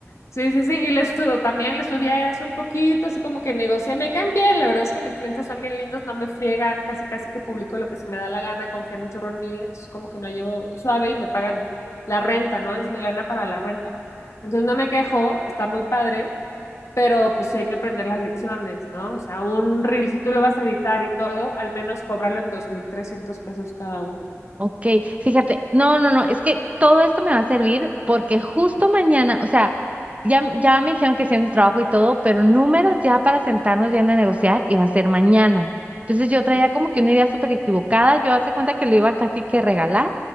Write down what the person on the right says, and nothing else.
Ok, fíjate, no, no, no, es que todo esto me va a servir porque justo mañana, o sea, ya, ya me dijeron que sí en el trabajo y todo, pero números ya para sentarnos bien a negociar y va a ser mañana. Entonces yo
traía como que una idea súper equivocada, yo hace cuenta que lo iba casi que regalar,